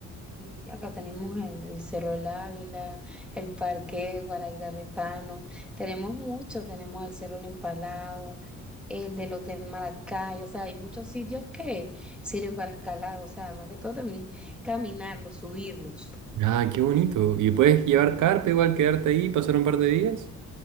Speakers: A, in the centre; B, on the right.
A: Y acá tenemos el, el Cerro del Ávila, el Parque Guaraíra Repano, tenemos mucho, tenemos el Cerro El Empalado, el del Hotel Maracay, o sea, hay muchos sitios que sirven para escalar, o sea, más que todo también caminarlos, subirlos.
B: Ah, qué bonito. ¿Y puedes llevar carpa igual, quedarte ahí, pasar un par de días?